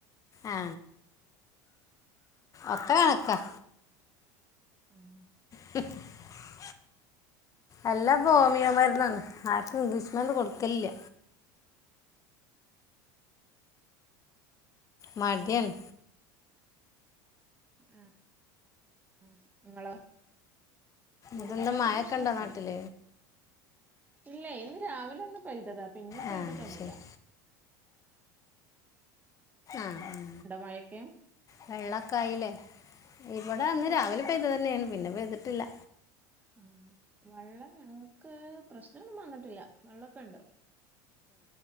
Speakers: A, on the left; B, on the right.
A: ആ ഒക്ക കണക്ക
B: <unintelligible>
A: <inaudible> അല്ലാപ്പൊമിയോമാരുന്നണ് ആർക്കും ഇംഗ്ലീഷ്മരുന്ന്കൊടുക്കൽല്ല മടിയാണ്
B: അ ഉം ങ്ങളോ? കുടിക്കാത്ത
A: ഇതെന്താ മഴയൊക്കെ
B: പ്രശ്നൊന്നുല്ല
A: ഉണ്ടോ നാട്ടിൽ
B: ഇല്ലെയ് ഇന്ന് രാവിലൊന്ന് പെയ്തതാ പിന്നെപെയ്തിട്ടൊന്നുല്ല
A: ആ ശരി ആഹഉ
B: മഴയൊക്കെ
A: വെള്ളൊക്കായില്ലേ? ഇവിടെഅന്ന്
B: ഓ
A: രാവിലെ പെയ്തതന്നെയാണ് പിന്നെപെയ്തിട്ടില്ല
B: ആ വെള്ളംഞങ്ങക്ക് പ്രശ്നൊന്നുംവന്നിട്ടില്ല വെള്ളൊക്കെണ്ട്.